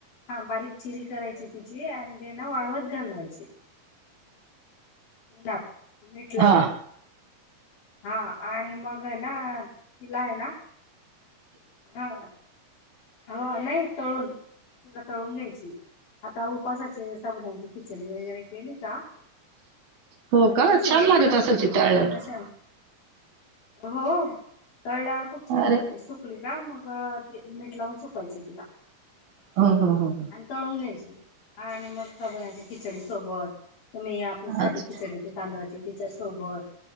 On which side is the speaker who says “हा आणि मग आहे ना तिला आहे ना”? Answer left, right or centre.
Left